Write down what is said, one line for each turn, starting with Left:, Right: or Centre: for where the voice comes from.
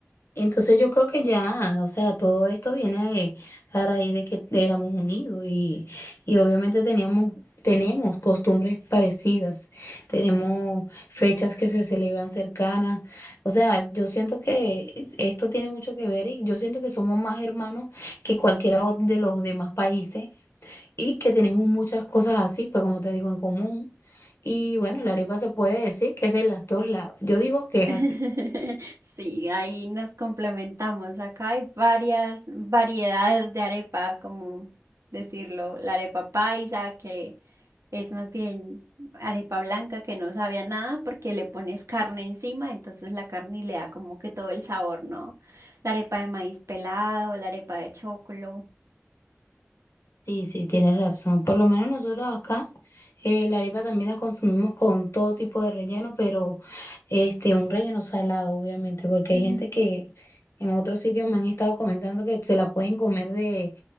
Left: Entonces yo creo que ya, o sea, todo esto viene de- a raíz de que éramos unidos y, y obviamente teníamos, tenemos costumbres parecidas, tenemos fechas que se celebran cercanas, o sea, yo siento que esto tiene mucho que ver y yo siento que somos más hermanos que cualquiera o- de los demás países y que tenemos muchas cosas así, pues como te digo, en común. Y bueno, la arepa se puede decir que es de los dos lados, yo digo que es
Right: <laughs>
Left: así.
Right: Sí, ahí nos complementamos. Acá hay varias variedades de arepa, como decirlo, la arepa paisa, que es más bien arepa blanca que no sabe a nada porque le pones carne encima, entonces la carne le da como que todo el sabor, ¿no? La arepa de maíz pelado, la arepa de chocolo.
Left: Sí, sí, tienes razón. Por lo menos nosotros acá, eh, la arepa también la consumimos con todo tipo de relleno, pero este, un relleno salado, obviamente, porque
Right: Ujú,
Left: hay gente que en otros sitios me han estado comentando que se la pueden comer de,